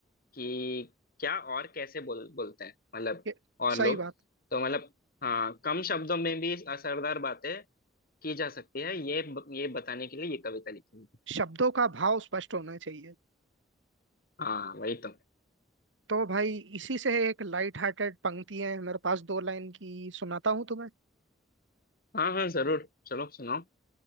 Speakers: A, on the left; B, on the right.
A: कि क्या और कैसे बोल बोलते हैं मतलब
B: ये-
A: और
B: सही
A: लोग
B: बात
A: तो मतलब हाँ कम शब्दों में भी असरदार बातें की जा सकती है ये ब- ये बताने के लिए ये कविता लिखी है
B: शब्दों का भाव स्पष्ट होना चाहिए
A: हाँ वही तो
B: तो भाई इसी से एक लाइट हार्टेड पंक्ति है मेरे पास दो लाइन की सुनाता हूँ तुम्हें
A: हाँ हाँ जरूर चलो सुनाओ